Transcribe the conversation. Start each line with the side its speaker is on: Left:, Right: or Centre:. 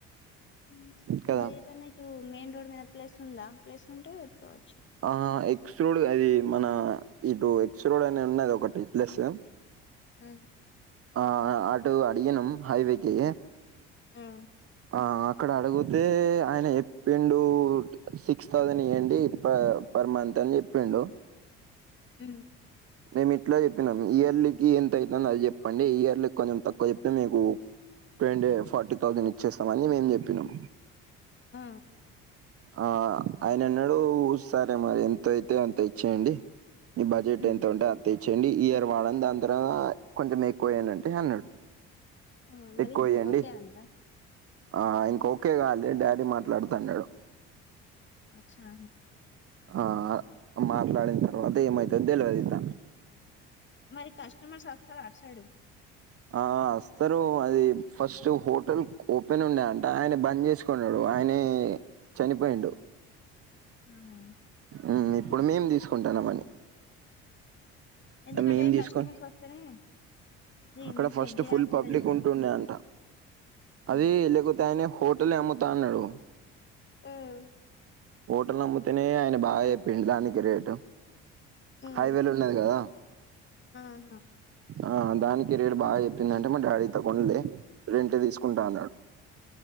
Left: మ్
Right: కదా
Left: మరి ఏటన్నా ఇటు మెయిన్ రోడ్ మీద ప్లేస్ ఉందా ప్లస్ ఉంటే పెట్టుకోవచ్చు
Right: ఆ ఎక్స్ రోడ్ అది మన ఇటు ఎక్స్ రోడ్ అనే ఉన్నది ఒకటి ప్లస్
Left: మ్
Right: ఆ అటు అడిగినం హైవేకి
Left: హ్మ్.
Right: ఆ అక్కడ అడుగుతే ఆయన చెప్పిండు సిక్స్ థౌసండ్ ఇయండి ఇ పర్ మంత్ అని చెప్పిండు
Left: అమ్
Right: మేము ఇట్లో చెప్పినాం ఇయర్లీకి ఎంత అవుతుందో అది చెప్పండి ఇయర్లీ కొంచెం తక్కువ చెప్తే మీకు చెప్పేయండి ఫార్టీ థౌజండ్ ఇచ్చేస్తాం అని మేం చెప్పినాం
Left: ఆ
Right: ఆ ఆయన అన్నాడు ఊ సరే మరి ఎంత అయితే అంత ఇచ్చేయండి ఈ బడ్జెట్
Left: హ్మ్.
Right: ఎంత ఉంటే అంత తెచ్చయండి ఈ ఇయర్ వాడని దాని తర్వాత కొంచెం ఎక్కువేయడి అంటే అన్నాడు
Left: ఆ మరి
Right: ఎక్కువ ఇయండి
Left: ఓకే అందా
Right: ఆ ఇంక ఒకే కాలి డాడీ మాట్లాడుతు తా అన్నాడు
Left: అచ్చా
Right: ఆ మాట్లాడిన తర్వాత ఏమైతది తెలివదు ఇత
Left: మరి కస్టమర్స్ వస్తారు ఆటుసైడు
Right: ఆ వస్తారు అది ఫస్ట్ హోటల్ ఓపెన్ ఉండే అంట ఆయన బంద్ చేసుకు చసుకున్నాడు ఆయనే చనిపోయిండు
Left: ఆహామ్
Right: ఉమ్ ఇప్పుడు మేం తీసుకుంటానమని
Left: ఎందుకంటే
Right: మేము తీసుకొని
Left: కస్టమర్స్ వస్తేనే అది
Right: అక్కడ
Left: మంచిగా
Right: ఫస్ట్
Left: గిరాకు
Right: ఫుల్ పబ్లిక్
Left: ఉంటది కదా
Right: ఉంటుండే అంట
Left: ఉమ్
Right: అది లేక అయినే హోటల్ అమ్ముతాన్నడు
Left: ఆమ్
Right: హోటల్ అమ్ముతేనే ఆయన బాగా చెప్పిండు దానికి రేటు
Left: ఉమ్
Right: హైవేలు ఉన్నది కదా
Left: ఆహా
Right: ఆ దానికి రేటు బాగా చెప్పింది అంటే మా డాడీ త కొండలే రెంట్ తీసుకుంటా
Left: హ్మ్.
Right: అన్నాడు